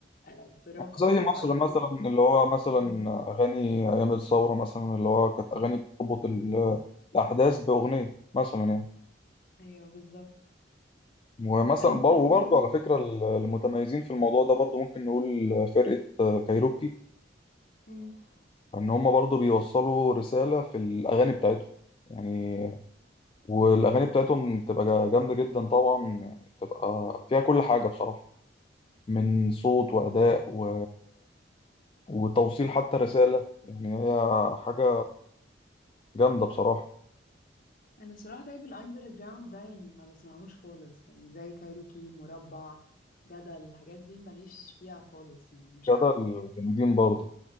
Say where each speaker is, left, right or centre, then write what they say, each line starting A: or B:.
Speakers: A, on the left (about 50°); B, on the left (about 30°).
A: آه، فراق
B: زي
A: فراقك
B: مصر مثلا
A: زي
B: اللي هو مثلا
A: مم.
B: أغاني أيام الثورة مثلا اللي هو كانت أغاني بتربط ال- الأحداث بأغنية مثلا يعني
A: أيوه بالظبط
B: ومثلا
A: أم-
B: بر- وبرضه على فكرة ال- المتميزين في الموضوع ده برضه ممكن نقول فرقة كايروكي
A: مم.
B: ان هم برضو بيوصلوا رسالة في الاغاني بتاعتهم يعني والاغاني بتاعتهم بتبقى جا- جامدة جدا طبعا يعني بتبقى فيها كل حاجة بصراحة من صوت واداء و... وتوصيل
A: مم.
B: حتى رسالة يعني هي حاجة جامدة بصراحة
A: انا صراحه طيب الاندر جراوند ده يعني ما بسمعهوش خالص يعني زي كايروكي مربع جدل الحاجات دي ماليش فيها خالص يعني مش
B: جدل
A: عارفه
B: جامدين برضه